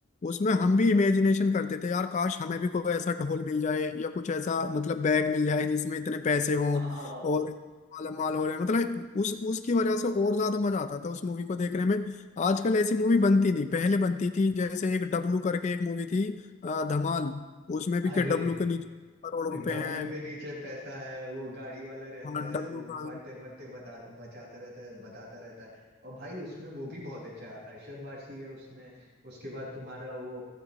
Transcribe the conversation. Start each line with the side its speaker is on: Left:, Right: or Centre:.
Left: उसमें हम भी इमेजिनेशन करते थे यार काश हमें भी कोई ऐसा ढोल मिल जाए या कुछ ऐसा मतलब बैग मिल जाए जिसमें इतने पैसे
Right: <laughs>
Left: हों
Right: हाँ हाँ हाँ हाँ।
Left: और मालामाल हो रहे हैं मतलब उस उसकी वजह से और ज्यादा मजा आता था उस मूवी को देखने में आजकल ऐसी मूवी बनती नहीं पहले बनती थी जैसे एक डब्लू करके एक मूवी थी अ, धमाल उसमें भी
Right: अरे
Left: के डब्लू के नीचे करोड़ रुपए
Right: डब्लू
Left: हैं
Right: के नीचे पैसा है वो गाड़ी वाला रहता
Left: हाँ
Right: है
Left: डब्लू
Right: वो
Left: का
Right: मरते मरते बता बचाता रहता है बताता रहता है और भाई उसमें वो भी बहुत अच्छा है अरशद वारसी है उसमें उसके बाद तुम्हारा वो